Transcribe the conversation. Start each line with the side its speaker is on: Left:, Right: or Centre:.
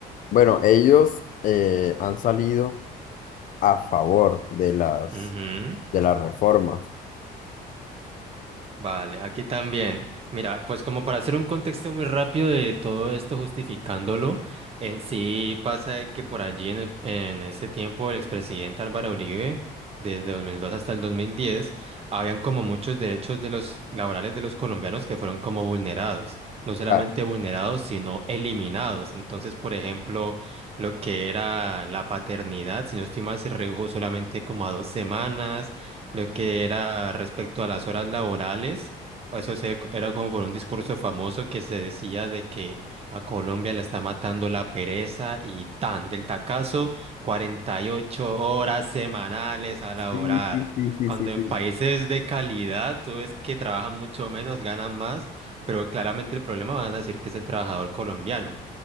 Left: Bueno, ellos eh, han salido a favor de las,
Right: Ujú.
Left: de las reformas.
Right: Vale, aquí también. Mira, pues como para hacer un contexto muy rápido de todo esto justificándolo, en sí pasa de que por allí en, el- en ese tiempo el expresidente Álvaro Uribe, desde 2002 hasta el 2010, habían como muchos derechos de los laborales de los colombianos que fueron como vulnerados, no solamente
Left: ah
Right: vulnerados, sino eliminados. Entonces, por ejemplo, lo que era la paternidad, si no estoy mal, se redujo solamente como a dos semanas lo que era respecto a las horas laborales. Eso se- era como por un discurso famoso que se decía de que a Colombia la está matando la pereza y tan del tacazo, 48 horas semanales a laborar.
Left: Sí, sí, sí, sí,
Right: Cuando
Left: sí, sí.
Right: en países de calidad tú ves que trabajan mucho menos, ganan más, pero claramente el problema van a decir que es el trabajador colombiano.